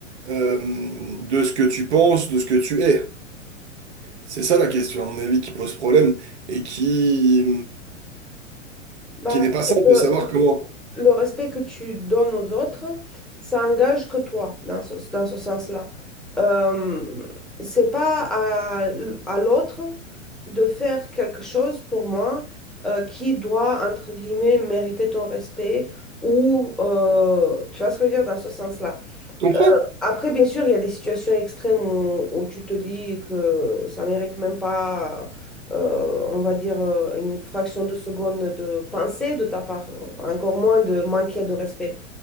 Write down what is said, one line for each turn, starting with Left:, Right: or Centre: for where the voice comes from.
Right: euh, de ce que tu penses, de ce que tu es. C'est ça la question, à mon avis, qui pose problème et qui,
Centre: Bah,
Right: qui n'est pas simple
Centre: le,
Right: de savoir comment.
Centre: le respect que tu donnes aux autres, ça engage que toi dans ce, dans ce sens-là. Euh, c'est pas à, à l'autre de faire quelque chose pour moi euh, qui doit, entre guillemets, mériter ton respect ou, euh, tu vois ce que je veux dire dans ce sens-là.
Right: Tu comprends?
Centre: Après, bien sûr, il y a des situations extrêmes où, où tu te dis que ça mérite même pas, euh, on va dire, euh, une fraction de seconde de pensée de ta part, encore moins de manquer de respect.